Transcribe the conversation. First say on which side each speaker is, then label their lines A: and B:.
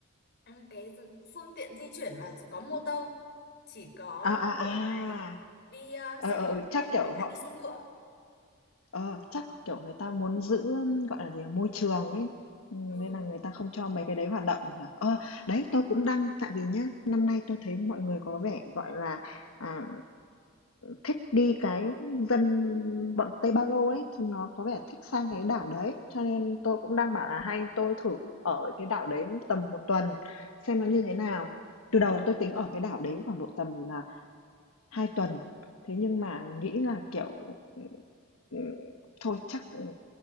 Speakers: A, on the left; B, on the left.
A: ừ, cái phương tiện di chuyển mà có motor chỉ có
B: à à
A: đi bộ này
B: à
A: đi ờ,
B: ờ
A: xe
B: ờ
A: đạp
B: ờ, chắc
A: này
B: kiểu
A: với cả
B: họ
A: đi xe ngựa
B: Ờ, chắc, kiểu, người ta muốn giữ, ưm, gọi là gì nhỉ, môi trường ấy, ừm,
A: ừ
B: nên là người ta không cho mấy cái đấy hoạt động nhỉ? Ờ, đấy, tôi cũng đang tại vì nhá, năm nay tôi thấy mọi người có vẻ, gọi là, à, thích đi cái dân bọn Tây Ba Lô ấy, chúng nó có vẻ thích sang cái đảo đấy, cho nên tôi cũng đang bảo là hay tôi thử ở cái đảo đấy tầm một tuần xem nó như thế nào. Từ đầu tôi tính ở cái đảo đấy khoảng độ tầm, là 2 tuần, thế nhưng mà nghĩ là, kiểu Ừm, thôi chắc, ừm,